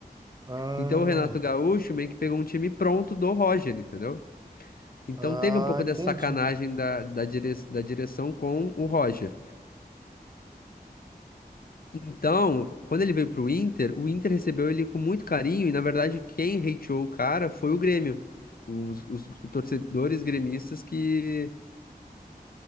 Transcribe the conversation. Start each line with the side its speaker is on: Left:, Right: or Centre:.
Right: Ah,
Left: Então o Renato Gaúcho meio que pegou um time pronto do Roger, entendeu? Então
Right: ah,
Left: teve um pouco
Right: entendi.
Left: dessa sacanagem da, da, dire- da direção com o Roger. Então, quando ele veio pro Inter, o Inter recebeu ele com muito carinho e, na verdade, quem hateou o cara foi o Grêmio. Os, os torcedores gremistas que